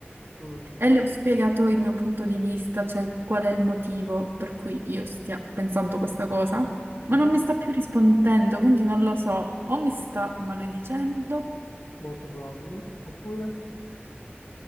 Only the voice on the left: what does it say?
Mm,
mhm,
Molto probabile. Oppure?